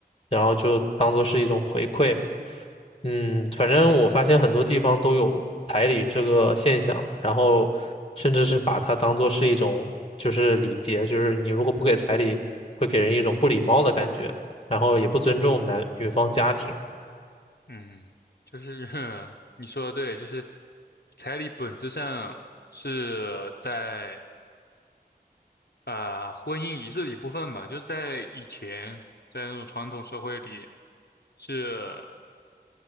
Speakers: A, on the left; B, on the left.
A: 然后就当做是一种回馈。嗯，反正我发现很多地方都有彩礼这个现象，然后甚至是把它当做是一种就是礼节，就是你如果不给彩礼，会给人一种不礼貌的感觉，然后也不尊重男女方家庭。
B: 嗯，就是 <laughs> 你说的对，就是彩礼本质上是在。啊，婚姻仪式的一部分吧，就是在以前，在那种传统社会里，是